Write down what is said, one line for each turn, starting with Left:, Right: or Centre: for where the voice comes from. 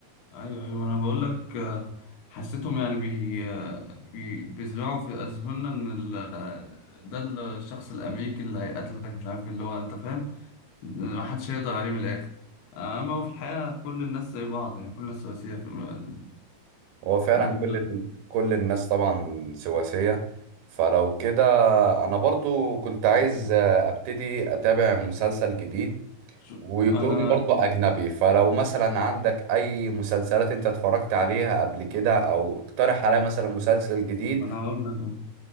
Left: ايوه ايوه انا بقول لك آه، حسيتهم يعني بي آه، بي بيزرعوا في اذهاننا ان ال- آه، ده الشخص الامريكي اللي هيقتلك مش عارف إيه، اللي هو انت فاهم ما حدش هيقدر عليه من الاخر آه، اما هو في الحقيقه كل الناس زي بعض يعني كل الناس سواسيه في الم...
Right: هو فعلا
Left: الم-
Right: كل كل الناس طبعا سواسية فلو كده أنا برضو كنت عايز أبتدي أتابع مسلسل جديد
Left: شو-
Right: ويكون
Left: انا
Right: برضه أجنبي فلو مثلا عندك أي مسلسلات أنت اتفرجت عليها قبل كده أو اقترح عليا مثلا مسلسل جديد
Left: ما انا هقول لك اهو